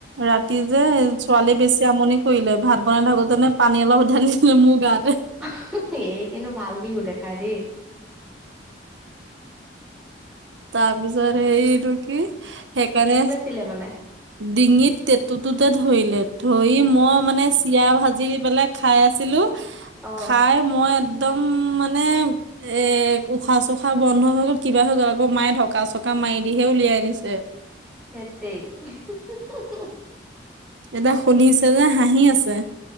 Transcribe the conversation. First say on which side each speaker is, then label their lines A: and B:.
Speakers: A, on the right; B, in the centre.
A: ৰাতি যে, ছোৱালী বেছি আমনি কৰিলে ভাত বনাই থাকোতে নে পানী অলপ ধালিছিলে মোৰ গাতে।
B: <unintelligible> এই কিন্তু ভাল বিহু দেখাই দেই।
A: তাৰপিছত হেই এইটো কি সেইকাৰণে
B: ছিলে মানে।
A: ডিঙিত টেঁটুটোতে ধৰিলে। ধৰি মই মানে চিৰা ভাজি পেলাই খাই আছিলো।
B: অ।
A: খাই মই একদম মানে এ উশাহ চোখ খা বন্ধ হৈ গল, কিবা হৈ গ'ল আকৌ। মায়ে ঢকা-চকা মাৰি দিহে উলিয়াই দিছে।
B: হেট তেৰি <unintelligible>
A: এতিয়া শুনিছে যে হাঁহি আছে।